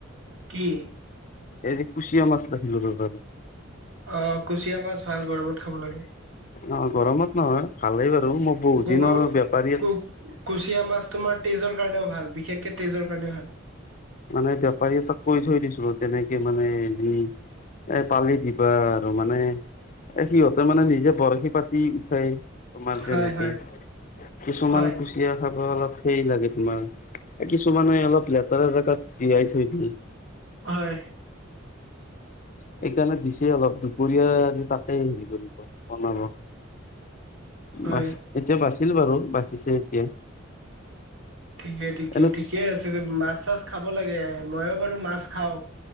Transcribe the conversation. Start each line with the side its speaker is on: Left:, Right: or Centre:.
Right: কি?
Left: এই যে কুচিয়া মাছ ৰাখিলো ৰবা
Right: অ, কুচিয়া মাছ ভাল গৰমত খাব লাগে
Left: অ', ৰমত নহয়, ভালেই বাৰু মই বহুত
Right: গগ
Left: দিনৰ বেপাৰী
Right: কু- কুচিয়া মাছ তোমাৰ তেজৰ কাৰণেও ভাল, বিশেষকে তেজৰ কাৰণেও ভাল
Left: মানে, বেপাৰী এটাক কৈ থৈ দিছো তেনেকে মানে যি এ পালি দিবা আৰু মানে এ সিহঁতে মানে নিজে বৰশী পাতি উঠাই তোমাৰ যেনেকি
Right: হয় হয়
Left: কিছুমান
Right: হয়
Left: জিয় খাব অলপ সেই লাগে তোমাৰ কিছুমানে অলপ লেতেৰা জেগাত জিয়াই থৈ দিয়ে
Right: হয়।
Left: সেইকাৰণে দিছে অলপ দুপৰীয়া আ তাাকেই হেৰি কৰিব বনাব
Right: হয়
Left: বাছ এতিয়া বাচিল বাৰু, বাচিছে এতিয়া
Right: ঠিকেই, ঠিকে,
Left: এনে
Right: ঠিকে, আছে মাছ চাছ খাব লাগে মইো বাৰু মাছ খাও